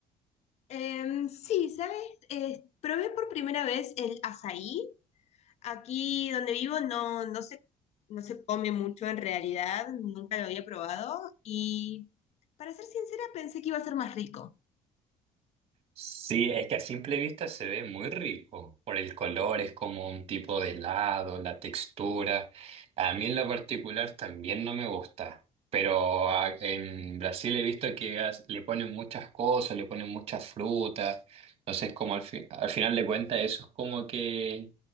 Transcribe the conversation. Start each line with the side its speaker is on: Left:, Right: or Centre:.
Left: Em, sí, ¿sabes? Eh, probé por primera vez el azaí. Aquí donde vivo no, no se, no se come mucho en realidad, nunca lo había probado y para ser sincera pensé que iba a ser más rico.
Right: Sí, es que a simple vista se ve muy rico por el color, es como un tipo de helado, la textura. A mí en lo particular también no me gusta, pero a- en Brasil he visto que as- le ponen muchas cosas, le ponen muchas frutas, entonces como al, fi- al final de cuentas eso es como que